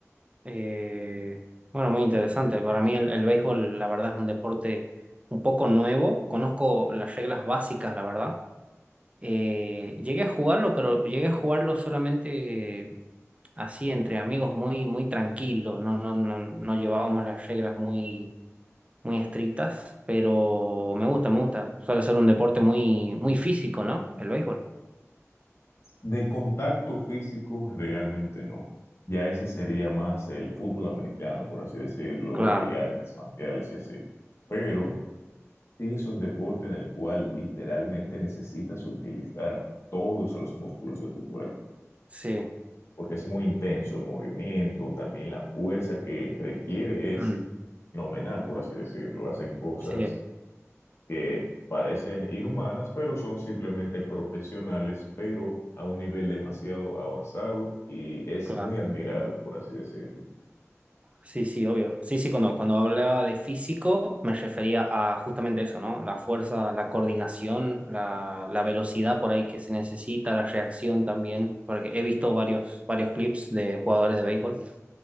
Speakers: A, on the right (about 25°); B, on the left (about 55°).
A: Eh, bueno, muy interesante. Para mí el, el béisbol, la verdad, es un deporte un poco nuevo. Conozco las reglas básicas, la verdad. Eh, llegué a jugarlo, pero llegué a jugarlo solamente así entre amigos, muy, muy tranquilo. No, no, no, no llevábamos las reglas muy muy estrictas, pero me gusta, me gusta. Suele ser un deporte muy, muy físico, ¿no? El béisbol.
B: De contacto físico, realmente no. Ya ese sería más el fútbol americano, por así decirlo,
A: Claro,
B: y artes marciales y así. Pero sí es un deporte en el cual literalmente necesitas utilizar todos los músculos de tu cuerpo,
A: sí,
B: porque es muy intenso el movimiento, también la fuerza que requiere es
A: Mm.
B: fenomenal, por así decirlo. Hacen cosas
A: sí,
B: que parecen inhumanas, pero son simplemente profesionales, pero a un nivel demasiado avanzado y es
A: claro.
B: muy admirable, por así decirlo.
A: Sí, sí, obvio. Sí, sí, cuando, cuando hablaba de físico me refería a justamente eso, ¿no? La fuerza, la coordinación, la, la velocidad por ahí que se necesita, la reacción también, porque he visto varios, varios clips de jugadores de béisbol.